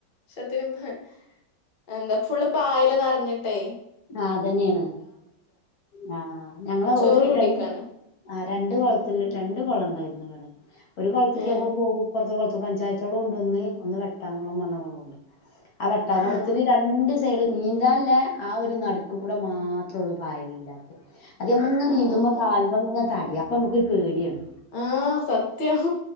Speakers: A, on the left (about 35°); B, on the left (about 55°).
A: ശെത്തിനും ഹെ എന്ത ഫുള്ള് പായല് നറഞ്ഞിട്ടേ
B: ആ അതെന്നേണ് ആ ഞങ്ങള്
A: ചൊറി
B: ഒരു
A: പിടിക്കാണ്
B: രണ്ട് ആ രണ്ട് കൊളത്തില് രണ്ട് കൊളണ്ടായിരുന്നുവടെ ഒരു കൊളത്ത്ക്ക്
A: ഏഹ്
B: ഞങ്ങൾ പോകും പ്പർത്തെ കൊൾ ത്ത് പഞ്ചായത്തുകൊളോണ്ടൊന്ന് ഒന്ന് വെട്ടാങ്കൊളംന്ന് പറഞ്ഞ കൊളൊണ്ട് ആ വെട്ടാങ്കൊളത്തില്
A: ആഹ്
B: രണ്ട്സ് ജട്നീന്താല്ലാ ആ ഒരു നടുക്ക് കൂടെ മാത്രൊള്ളു പായലില്ലാത്ത് അത് ഞമ്മങ്ങള് ങ്ങനെ
A: ആഹ്
B: നീന്തുമ്പോ
A: ആഹ്
B: കാല്‌മ്മങ്ങൻ തടി അപ്പം മ്മുക്കൊരു പേടിയാണ്
A: ആ സത്യം